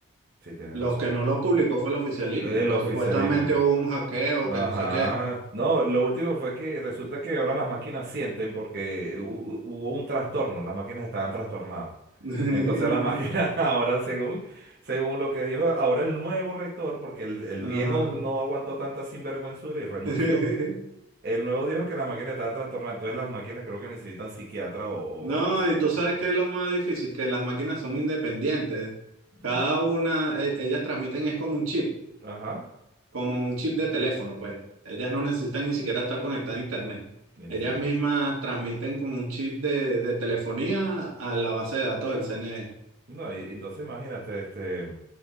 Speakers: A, on the right; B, on the right.
A: Sí, tienes
B: Los
A: razón.
B: que no los publicó fue el oficialismo,
A: El
B: que
A: oficialismo.
B: supuestamente hubo un hackeo,
A: Ajá.
B: que no sé qué.
A: No, lo último fue que resulta que ahora las máquinas sienten porque hu- hubo un trastorno, las máquinas estaban trastornadas.
B: <laughs>
A: Entonces la máquina <laughs> ahora, según, según lo que dijo ahora el nuevo rector, porque el, el
B: Ajá.
A: viejo no aguantó tanta sinvergüenzura y renunció,
B: <laughs>
A: el nuevo dijo que la máquina estaba en trastorno, entonces las máquinas creo que necesitan psiquiatra o, o-
B: No,
A: o psicólogo.
B: y tú sabes que es lo más difícil, que las máquinas son independientes.
A: No
B: Cada
A: está.
B: una, e- ellas transmiten es con un chip.
A: Ajá,
B: como un chip de teléfono, pues. Ellas no necesitan ni siquiera estar conectadas a internet.
A: le entiendo.
B: Ellas mismas transmiten con un chip de, de telefonía a la base de datos del CNE.
A: No, y entonces imagínate, este,